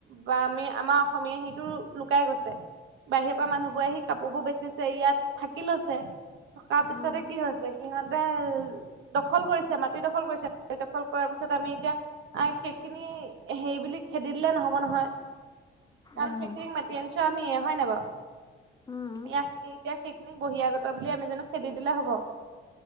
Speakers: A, on the right; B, on the left.
A: বা আমি আমাৰ অসমীয়াই সেইটো লুকাই গৈছে, বাহিৰৰ পৰা মানুহবোৰ আহি কাপোৰবোৰ বেচিছে ইয়াত থাকি লৈছে, থকাৰ পিছতে
B: উম
A: কি হৈছে তে সিহঁতে দখল কৰিছে, মাটি দখল কৰিছে, মাটি দখল কৰাৰ পিছত আমি এতিয়া আ সেইখিনি সেইবুলি খেদি দিলে নহ'ব নহয়। কাৰণ
B: আহ
A: সেইখিনিক মাতি আনিছো আমিয়েই, হয় নাই বাৰু।
B: উম
A: ইয়াক এতিয়া সেইখিনিক বহিৰাগত বুলি আমি জানো খেদি দিলে হ'ব।